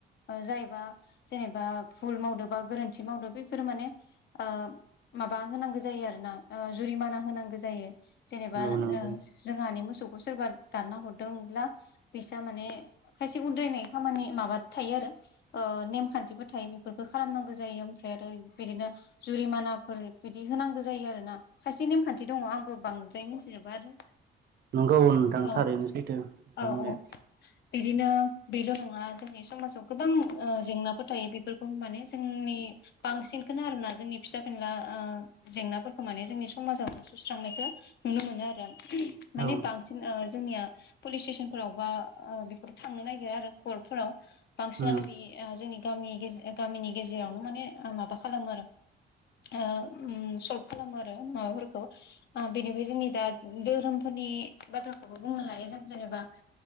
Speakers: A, on the left (about 60°); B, on the right (about 55°).
A: ओ जायबा जेनेबा भुल मावद बा गोरोन्थि मावदो बेफोरो माने ओ माबा होनांगौ जायो आरोना ओ जुरिमाना होनांगौ जायो जेनेबा
B: औ नंगौ
A: ओं जोंहानि मोसौ सोरबा दानना हरदोंब्ला फैसा माने खायसे उद्रायनाय खामानि माबा थायो आरो नेमखान्थिबो थायो बेफोरफोरखौ खालामनांगौ जायो ओमफ्राय आरो बिदिनो जुरिमानाफोर बिदि होनांगौ जायो आरो ना खायसे नेमखान्थि दङ आंबो बांद्राय मिथिजोबा आरो
B: नंगौ नोंथां
A: औ
B: थारैनो सैथो नोंथां
A: औ
B: बुंनाया
A: औ बिदिनो बेल' नङा जोंनि समाजाव गोबां जेंनाफोर थायो बेफोरखौ माने जोंनि बांसिन बेखौनो आरोना जोंनि फिसा फिनला ओ जेंनाफोरखौ माने जोंनि समाजावनो सुस्रांनायखौ नुनो मोनो आरो माने
B: औ
A: बांसिन ओ जोंनिया पुलिस स्टेसनफोराव बा बेफोराव थांनो ना गिरा आरो कर्फोराव बांसिनानो
B: उम
A: बे जोंनि गामिनि गेजेरावनो माने माबा खालामो आरो ओ उम सल्भ खालामो आरो माबाफोरखौ आ बेनिफाय जोंनि दा दोरोम फो <unintelligible> नि बाथ्राखौबो बुंनो हायो जों जेनेबा